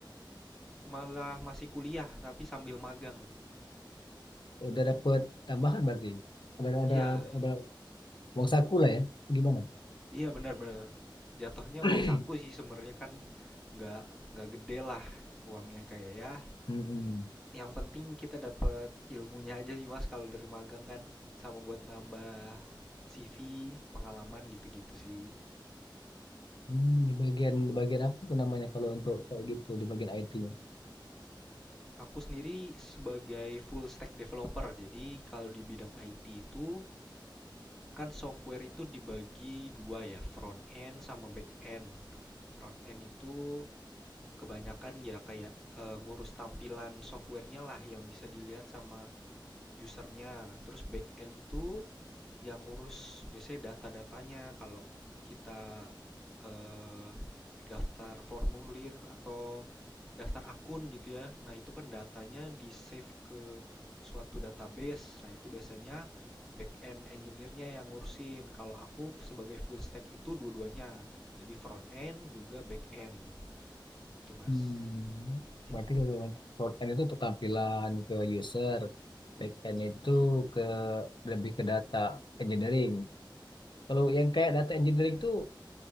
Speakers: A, in the centre; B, on the left.
A: malah masih kuliah, tapi sambil magang.
B: Udah dapet tambahan berarti? Ada
A: Iya,
B: ada ada uang saku lah ya? Gimana? <coughs>
A: Iya benar-benar. Jatuhnya
B: <clears throat>
A: uang saku sih sebenarnya kan nggak nggak gede lah uangnya kayak ya.
B: Mm-mm.
A: Yang penting kita dapat ilmunya aja sih Mas kalau dari magang kan sama buat nambah CV, pengalaman gitu-gitu sih.
B: Hmm, di bagian di bagian apa tuh namanya kalau untuk kayak gitu di bagian IT-nya?
A: Aku sendiri sebagai full stack developer. Jadi kalau di bidang IT itu kan software itu dibagi dua ya, front end sama back end. Front end itu kebanyakan ya kayak eh, ngurus tampilan softwarenya lah yang bisa dilihat sama usernya terus back end itu yang ngurus biasanya data-datanya kalau kita eh, daftar formulir atau daftar akun gitu ya nah itu kan datanya di save ke suatu database nah itu biasanya back end engineer-nya yang ngurusin kalau aku sebagai full stack itu dua-duanya jadi front end juga back end tuh mas
B: Hmm,
A: <clears throat>
B: berarti kalau untuk front end itu untuk tampilan ke user, back end itu ke lebih ke data engineering. Kalau yang kayak data engineering
A: Iya,
B: tuh